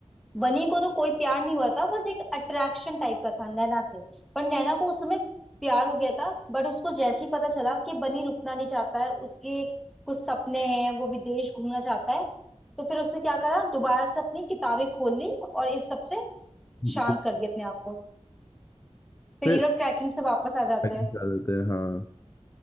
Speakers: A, in the centre; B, on the left.
A: बनी को तो कोई प्यार नहीं हुआ था बस एक अट्रैक्शन टाइप का था नैना से पर नैना को उस समय प्यार हो गया था बट उसको जैसे ही पता चला कि बनी रुकना नहीं चाहता है उसके कुछ सपने हैं वो विदेश घूमना चाहता है तो फिर उसने क्या करा दोबारा से अपनी किताबें खोल ली और इस सब से
B: <laughs> हम्म।
A: शांत कर दिया अपने आप को फिर
B: फिर
A: ये लोग ट्रैकिंग से वापस आ जाते
B: आगे
A: हैं
B: चल देते हैं हाँ